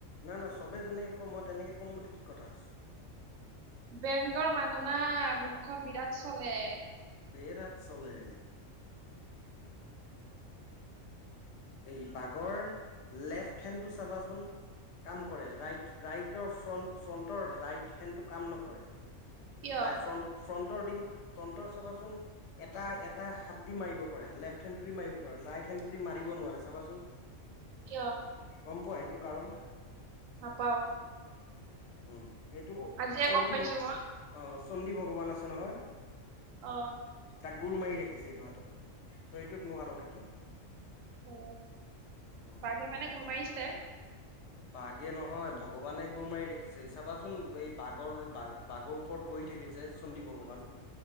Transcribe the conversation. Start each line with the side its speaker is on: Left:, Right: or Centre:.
Left: না না চবে যেনেকে ক' মই তেনেকে ক'ম বুলি কি কথা আছে?
Right: বেংকৰ মানুহ না, মুখখন বিৰাট চ'লে।
Left: দেৰ টাত চলে এই বাঘৰ লেফ্ট হেণ্ডটো চাবাচোন কাম কৰে ৰাইট ৰাইটৰ ফ্ৰন্ট ফ্ৰণ্টৰ ৰাইট হেণ্ডটো কাম নকৰে
Right: কিয়
Left: ৰাই ফ্ৰণ্ট ফ্ৰণ্টৰ দিম ফ্ৰণ্টৰ চাবাচোন এটা এটা হাত দি মাৰিব পাৰে লেফ্ট হেণ্ডটো দি মাৰিব পাৰে ৰাইট হেণ্ডটো দি মাৰিব নোৱাৰে চাবাচোন
Right: কিয়
Left: গম পোৱা এইটো কাৰণ
Right: নাপাও
Left: উম এইটো
Right: আজিয়ে
Left: চণ্ডী
Right: গম পাইছো
Left: ভ
Right: মই
Left: অ চণ্ডী ভগৱান আছে নহয়
Right: অ
Left: তাক গুৰ মাৰি ৰাখিছে এইটো হাতত ত এইটোত নোৱাৰ কেতিয়াও
Right: অ
Left: উম
Right: সেই মানে গুৰ মাৰিছিলে
Left: বাঘে নহয় ভগৱানে গুৰ মাৰি ৰাখিছে চাবাচোন এই বাঘৰ বাঘৰ ওপৰত বহি থাকে যে চণ্ডী ভগৱান